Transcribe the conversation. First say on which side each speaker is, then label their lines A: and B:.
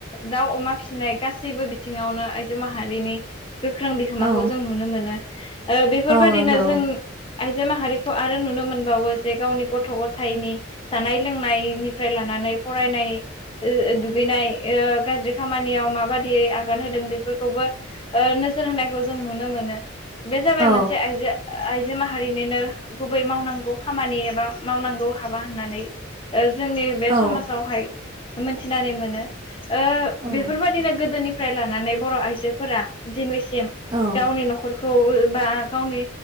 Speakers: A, on the left; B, on the right.
A: दाउ अमा फिसिनाय गासैबो बिथिङावनो आइजो माहारि नि गोख्रों बिहोमाखौ
B: औ
A: जों नुनो मोनो ओ बेफोरबायदिनो
B: औ नंगौ
A: जों आइजो माहारिखौ आरो नुनो मोनबावो जे गावनि गथ' गथायनि जानाय लोंनायनिफ्राय लानानै फरायनाय ओ दुगैनाय ओ गाज्रि खामानियाव माबायदियै आगान होदों बेफोरखौबो ओ नोजोर होनायखौ जों नुनो मोनो। बे जाबाय
B: औ
A: मोनसे आइजो आइ जो माहारिनिनो गुबै मावनांगौ खामानि एबा मावनांगौ हाबा होननानै ओ जोंनि बे
B: औ
A: समाजावहाय मोनथिनानै मोनो ओ
B: औ
A: बेफोरबायदिनो गोदोनि फ्राय लानानै बर' आइजोफोरा दिनैसिम
B: औ
A: गावनि न'खरखौ बा गावनि